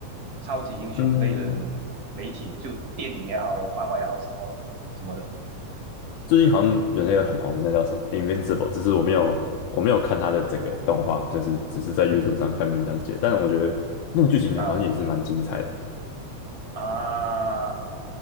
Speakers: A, on the right; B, on the left.
A: 超级英雄类的
B: 嗯，
A: 媒体，就电影也好，漫画也好，什么什么的
B: 最近好像有那个很红的，那叫什么《Invincible》，只是我没有我没有看它的整个动画，就是只是在 YouTube 上看别人讲解，但是我觉得那个剧情好像也是蛮精彩的，
A: 啊啊，